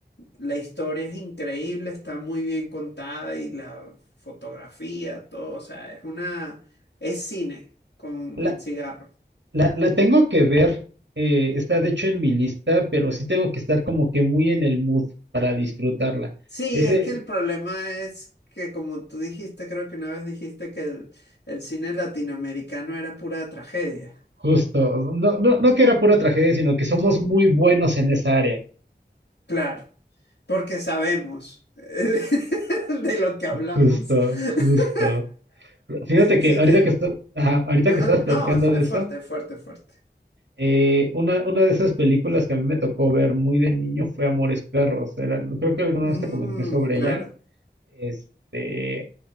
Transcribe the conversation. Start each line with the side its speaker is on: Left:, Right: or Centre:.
Left: La historia es increíble, está muy bien contada y la fotografía, todo, o sea, es una, es cine con
Right: La,
Left: el cigarro.
Right: la, la tengo que ver. eh, está de hecho en mi lista, pero sí tengo que estar como que muy en el mood para disfrutarla.
Left: Sí,
Right: Ese,
Left: es que el problema es que como tú dijiste, creo que una vez dijiste que el, el cine latinoamericano era pura tragedia.
Right: justo, no, no, no que era pura tragedia, sino que somos muy buenos en esa área.
Left: Claro, porque sabemos <laughs> de lo que hablamos.
Right: Justo, justo.
Left: <laughs>
Right: Fíjate
Left: Sí
Right: que ahorita
Left: que,
Right: que esto- ajá, ahorita
Left: ajá,
Right: que estabas platicando
Left: No, es
Right: de eso.
Left: fuerte, es fuerte, es fuerte.
Right: Eh, una, una de esas películas que a mí me tocó ver muy de niño fue Amores Perros. Era- creo que alguna
Left: Mm,
Right: vez te comenté sobre
Left: claro.
Right: ella. Este,